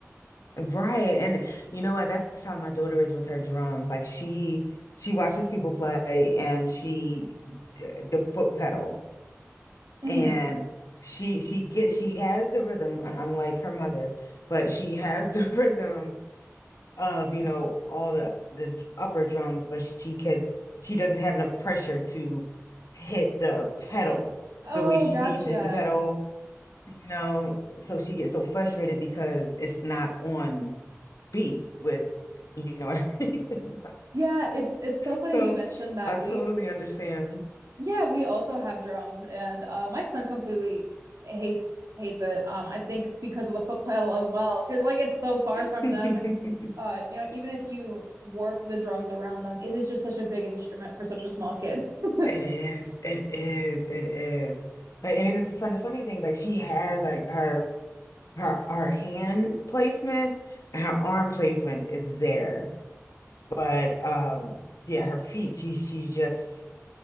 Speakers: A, on the left; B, on the right.
A: Right. And you know what? That's how my daughter is with her drums. Like she she watches people play and she eh, the foot pedal
B: hmm
A: and she she gets she has the rhythm and unlike her mother, but she has the <laughs> rhythm of, you know, all the the upper drums, but she cause she doesn't have enough pressure to hit the pedal
B: Oh,
A: the way she
B: gotcha.
A: needs to hit the pedal you know, so she gets so frustrated because it's not on beat with, you know, <laughs> everything.
B: Yeah, it's it's so funny
A: So
B: you mentioned that.
A: I totally
B: We
A: understand.
B: Yeah, we also have drums, and uh, my son completely hates hates it. Um, I think because of the foot pedal as well, because like it's so far
A: <laughs>
B: from them, and uh, you know, even if you warp the drums around them, it is just such a big instrument for such a small kid. <laughs>
A: It is, it is, it is. Like, and this is funny, funny thing, like she has like her her her hand placement and her arm placement is there. But um yeah, her feet, she she just